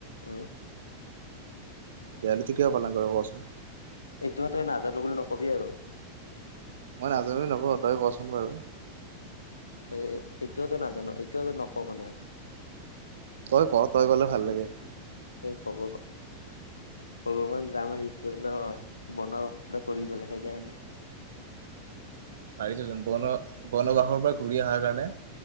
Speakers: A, on the left (about 75°); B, on the right (about 60°).
A: উম
B: দেৱালীটো কিয় পালন কৰে কোৱাচোন?
A: এইটো তই নাজানো বুলি নকবি আৰু।
B: মই নাজানো নকওঁ তই কচোন বাৰু।
A: এ এইটোৱো তই নাজান এইটোৱো তই নকৱ মানে।
B: তই ক। তই কলে ভাল লাগে।
A: খব ভগৱান ৰাম আহিছিল ন বনাও সটা কৰি পেলাই সেইকাৰণে। <inaudible>
B: পাৰিছ বন বনবাসৰ পৰা ঘূৰি অহাৰ কাৰণে।